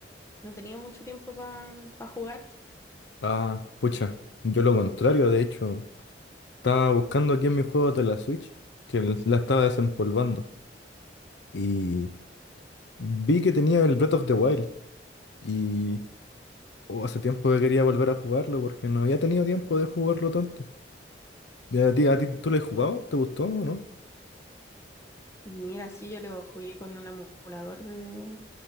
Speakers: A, on the left (about 15°); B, on the left (about 80°).
A: No tenía mucho tiempo para jugar.
B: Ah, pucha, yo lo contrario, de hecho, estaba buscando aquí en mis juegos de la Switch, que l- la estaba desempolvando, y vi que tenía el Breath of the Wild, y oh, hace tiempo que quería volver a jugarlo porque no había tenido tiempo de jugarlo tanto. ¿Y a ti, a ti tú lo has jugado? ¿Te gustó o no?
A: Mira, sí, yo lo jugué con un emulador de,